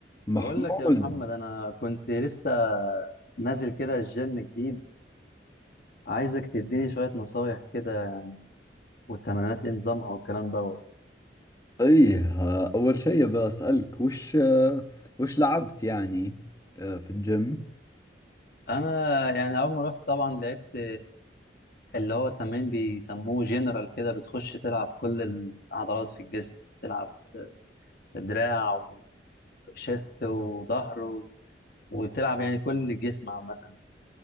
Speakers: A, on the left; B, on the left.
A: محمود
B: بقول لك يا محمد انا كنت لسه نازل كده الجيم جديد وعايزك تديني شوية نصايح كده يعني، والتمرينات ايه نظامها والكلام دوت
A: ايه اول شيء بسألك وش وش لعبت يعني آه، في الجيم
B: انا يعني اول ما رحت طبعا لعبت اللي هو تمرين بيسموه جنرال كده بتخش تلعب كل العضلات في الجسم تلعب دراع وشيست وظهر و- وبتلعب يعني كل الجسم عامة